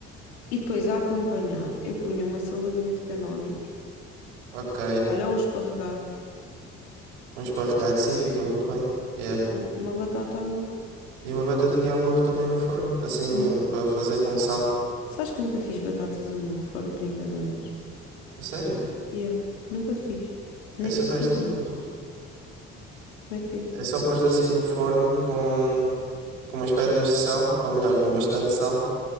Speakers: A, on the left (about 85°); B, on the right (about 85°).
A: e depois a acompanhar, eu punha uma saladinha de canónicos,
B: Ok.
A: olha, um esparregado,
B: Um esparregado, sim, fica muito bem. Yeah.
A: um- uma batata a murro.
B: E uma batatinha à morro também no forno, assim,
A: E punha-
B: eh, para fazer com sal.
A: Sabes que eu nunca fiz batatas a murro, fora de brincadeiras?
B: É sério,
A: Yeah, nunca fiz. Nem
B: é super
A: sei fazer.
B: simples.
A: Como é que é?
B: É só pôr assim no forno com, com umas pedras de sal, ou melhor, com bastante sal,